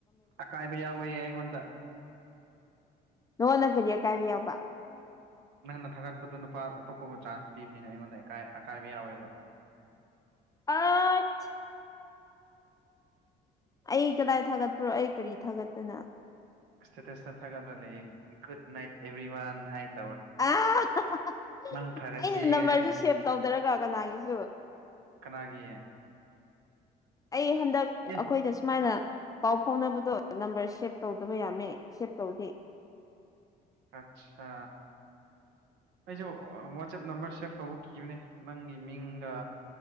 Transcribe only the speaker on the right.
ꯑꯀꯥꯏꯕ ꯌꯥꯎꯋꯦ ꯑꯩꯉꯣꯟꯗ
ꯅꯪꯅ ꯊꯥꯒꯠꯄꯗꯨ ꯅꯨꯄꯥ ꯑꯇꯣꯞꯄꯕꯨ ꯆꯥꯟꯁ ꯄꯤꯕꯅꯤꯅ ꯑꯩꯉꯣꯟꯗ ꯏꯀꯥꯏ ꯑꯀꯥꯏꯕ ꯌꯥꯎꯋꯦꯕ
ꯁ꯭ꯇꯦꯇꯁꯇ ꯊꯒꯠꯂ ꯂꯩꯌꯦ ꯒꯨꯠ ꯅꯥꯏꯠ ꯑꯦꯕ꯭ꯔꯤ ꯋꯥꯟ ꯍꯥꯏꯅ
ꯐꯔꯁꯦ
ꯀꯥꯏꯅ
ꯀꯅꯥꯒꯤ
ꯑꯦ
ꯑꯠꯁꯥ ꯑꯩꯁꯨ ꯋꯥꯆꯦꯞ ꯅꯝꯕꯔ ꯁꯦꯐ ꯇꯧꯕ ꯀꯤꯕꯅꯦ ꯅꯪꯒꯤ ꯃꯤꯡꯒ